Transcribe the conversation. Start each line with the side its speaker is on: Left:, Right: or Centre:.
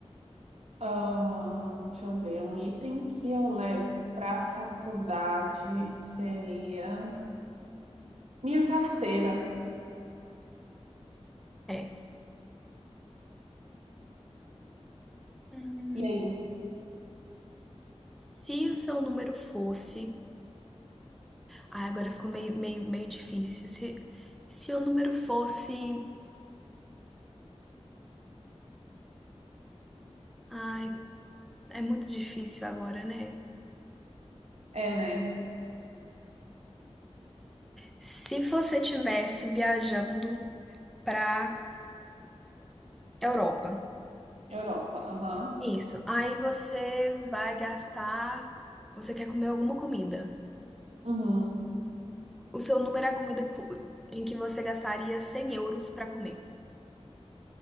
Right: Ahn, deixa eu ver, um item que eu levo para faculdade seria minha carteira.
Centre: É. Hum.
Right: E aí?
Centre: Se o seu número fosse Ah, agora ficou meio, meio, meio difícil. Se, se o número fosse. Ai, é muito difícil agora, né?
Right: É, né?
Centre: Se você tivesse viajando pra Europa,
Right: Europa, aham.
Centre: isso. Aí você vai gastar. Você quer comer alguma comida.
Right: Uhum.
Centre: O seu número é a comida cu- em que você gastaria 100 euros pra comer.